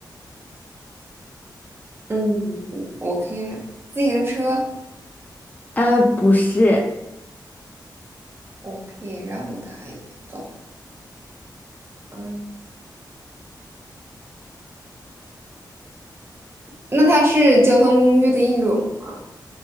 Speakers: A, on the right; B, on the left.
A: 嗯，我可以让自行车。
B: 呃，不是，
A: 我可以让它移动。嗯，那它是交通工具的一种吗？